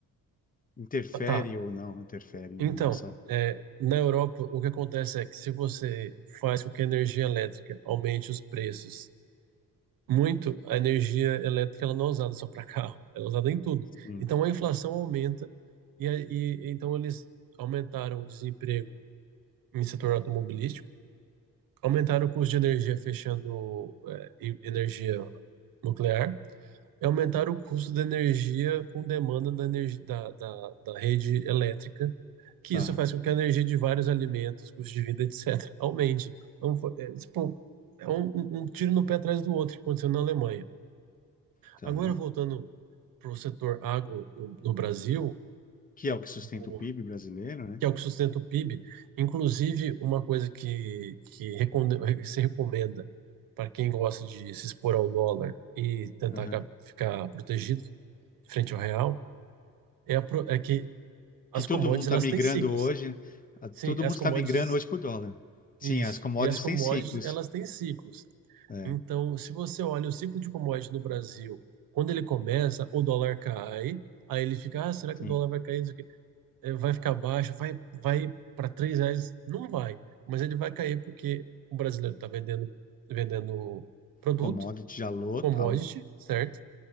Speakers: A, on the left; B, on the right.
A: Interfere
B: Tá.
A: ou não interfere na
B: Então,
A: nossa...
B: é, na Europa, o que acontece é que se você faz com que a energia elétrica aumente os preços muito, a energia elétrica ela não é usada só para carro, ela é usada em tudo.
A: Sim.
B: Então, a inflação aumenta e, a- e então eles aumentaram o desemprego em setor automobilístico, aumentaram o custo de energia fechando é, em- energia nuclear é aumentar o custo da energia com demanda da, energia, da, da, da rede elétrica, que
A: Tá,
B: isso faz com que a energia de vários alimentos, custo de vida, etc., aumente. Então, foi- é, tipo, é um, um- um tiro no pé atrás do outro que aconteceu na Alemanha.
A: tá.
B: Agora, voltando para o setor agro no, no Brasil,
A: Que é o que sustenta
B: o-
A: o PIB brasileiro, né?
B: que é o que sustenta o PIB, inclusive uma coisa que, que recone- se recomenda para quem gosta de se expor ao dólar e tentar
A: Aham.
B: cap- ficar protegido frente ao real, é, a pro- é que as
A: que todo
B: commodities
A: mundo está
B: elas
A: migrando
B: têm ciclos.
A: hoje, né? ah, todo
B: Sim, as
A: mundo está
B: commodities,
A: migrando hoje para o dólar.
B: isso.
A: Sim, as commodities
B: E as commodities
A: têm ciclos.
B: elas têm ciclos.
A: É,
B: Então, se você olha o ciclo de commodities no Brasil, quando ele começa, o dólar cai, aí ele fica, ah, será
A: sim.
B: que o dólar vai cair? Isso aqui? Eh, Vai ficar baixo, vai, vai para 3 reais? Não vai, mas ele vai cair porque o brasileiro está vendendo, vendendo produto,
A: Commodity já louco,
B: commodity, certo?